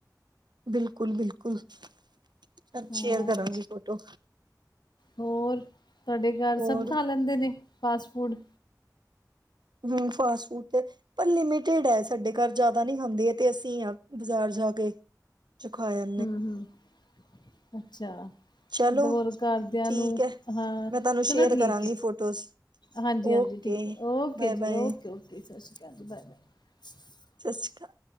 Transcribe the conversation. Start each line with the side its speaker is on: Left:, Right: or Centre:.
Right: ਬਿਲਕੁਲ-ਬਿਲਕੁਲ। ਤੁਹਾਨੂੰ
Left: ਹਾਂ
Right: ਸ਼ੇਅਰ ਕਰਾਂਗੀ ਫੋਟੋ।
Left: ਹੋਰ ਤੁਹਾਡੇ ਘਰ
Right: ਹੋਰ
Left: ਸਭ ਖਾ ਲੈਂਦੇ ਨੇ ਫਾਸਟ ਫੂਡ।
Right: ਹੂੰ ਫਾਸਟ ਫੂਡ ਤੇ ਪਰ ਲਿਮਟਡ ਹੈ ਸਾਡੇ ਘਰ ਜ਼ਿਆਦਾ ਨ ਖਾਂਦੇ ਆ ਤੇ ਅਸੀਂ ਹਾਂ। ਬਾਜ਼ਾਰ ਜਾ ਕੇ। ਚੁ ਖਾਇਆ।
Left: ਹੂੰ ਹੂੰ ਅੱਛਾ।
Right: ਚਲੋ
Left: ਦੋ ਘਰ ਦਿਆਂ
Right: ਠੀਕ
Left: ਨੂੰ
Right: ਹੈ
Left: ਹਾਂ
Right: ਮੈਂ ਤੁਹਾਨੂੰ ਸ਼ੇਅਰ
Left: ਚਲੋ ਠੀਕ
Right: ਕਰਾਂਗੀ
Left: ਏ।
Right: ਫੋਟੋਜ਼
Left: ਹਾਂਜੀ-ਹਾਂਜੀ
Right: ਓਕੇ
Left: ਠੀਕ ਏ ਓਕੇ
Right: ਬਾਏ ਬਾਏ
Left: ਜੀ ਓਕੇ, ਓਕੇ ਜ ਸਤਿ ਸ਼੍ਰੀ ਅਕਾਲ ਜੀ ਬਾਏ-ਬਾਏ।
Right: ਸਤਿ ਸ਼੍ਰੀ ਅਕਾਲ।